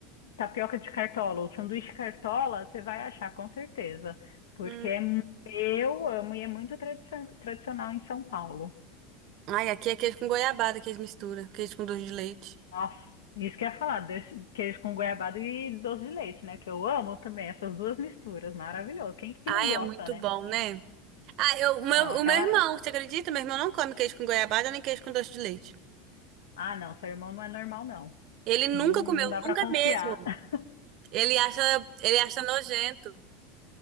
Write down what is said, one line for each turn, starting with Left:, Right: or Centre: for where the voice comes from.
Left: tapioca de cartola ou sanduíche cartola, você vai achar com certeza. Porque
Right: Hum.
Left: é mu- eu amo e é muito tradici- tradicional em São Paulo.
Right: Ai, aqui é queijo com goiabada que eles misturam, queijo com doce de leite.
Left: Nossa, isso que eu ia falar, desse- queijo com goiabada e doce de leite, né? Que eu amo também essas duas misturas, maravilhoso. Quem que não
Right: Ai,
Left: gosta,
Right: é muito
Left: né?
Right: bom, né? Ah, eu, o meu,
Left: Não, aquela.
Right: o meu irmão, você acredita? Meu irmão não come queijo com goiabada nem queijo com doce de leite.
Left: Ah, não, seu irmão não é normal, não.
Right: Ele nunca
Left: Não,
Right: comeu,
Left: não dá pra
Right: nunca
Left: confiar.
Right: mesmo.
Left: <laughs>
Right: Ele acha, ele acha nojento.